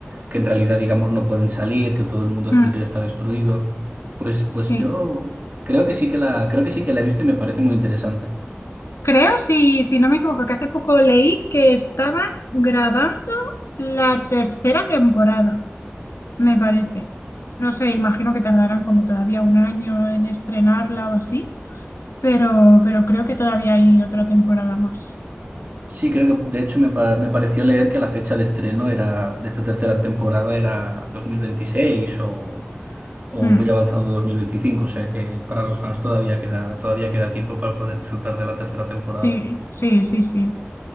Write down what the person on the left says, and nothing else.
Mm,
sí.
Creo, si, si no me equivoco, que hace poco leí que estaban grabando la tercera temporada, me parece. No sé, imagino que tardarán como todavía un año en estrenarla o así, pero, pero creo que todavía hay otra temporada más.
Mm,
sí, sí, sí, sí.